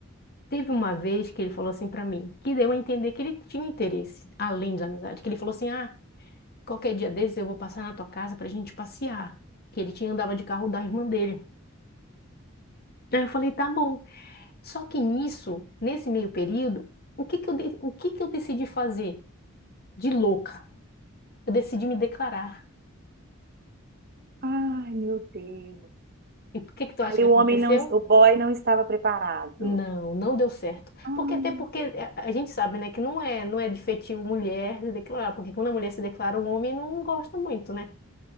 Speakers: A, on the left (about 50°); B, on the right (about 50°).
A: Teve uma vez que ele falou assim pra mim, que deu a entender que ele tinha interesse, além da amizade, que ele falou assim, ah, Qualquer dia desses eu vou passar na tua casa pra gente passear. Que ele tinha andava de carro da irmã dele. Aí eu falei, tá bom. Só que nisso, nesse meio período, o que que eu, de- o que que eu decidi fazer? De louca. Eu decidi me declarar.
B: Ai, meu Deus.
A: E o que que tu
B: Aí
A: acha que
B: o
A: aconteceu?
B: homem não, o boy não estava preparado.
A: Não, não deu certo.
B: Ah,
A: Porque até porque é, a gente sabe, né, que não é, não é de feitio mulher se declarar, porque quando a mulher se declara, o homem não gosta muito, né?